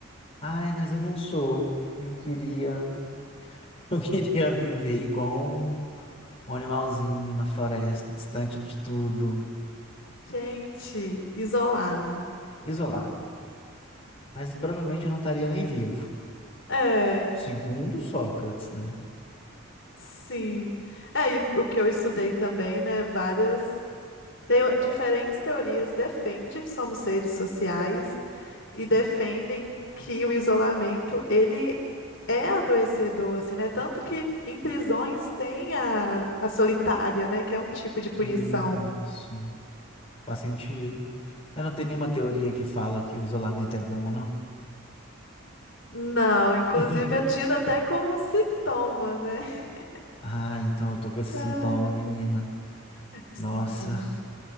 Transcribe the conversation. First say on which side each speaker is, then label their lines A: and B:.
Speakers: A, on the left (about 25°); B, on the left (about 55°).
A: ai, mas eu não sou. Eu queria, <laughs> eu queria viver igual um, um animalzinho na floresta, distante de tudo,
B: Gente, isolado.
A: isolado. Mas provavelmente eu não estaria nem vivo.
B: É,
A: Segundo Sócrates, né?
B: sim. É, e o que eu estudei também, né? Várias teo- diferentes teorias defende que somos seres sociais e defendem que o isolamento ele é adoecedor, assim, né? Tanto que em prisões tem a, a solitária, né? Que é um tipo de punição.
A: Isso. Faz sentido. Mas não tem nenhuma teoria que fala que o isolamento é bom, não?
B: Não, inclusive
A: <laughs>
B: é tido até como um sintoma, né? <laughs>
A: Ah, então eu tô com esse sintoma,
B: Ai,
A: menina.
B: sintoma.
A: Nossa.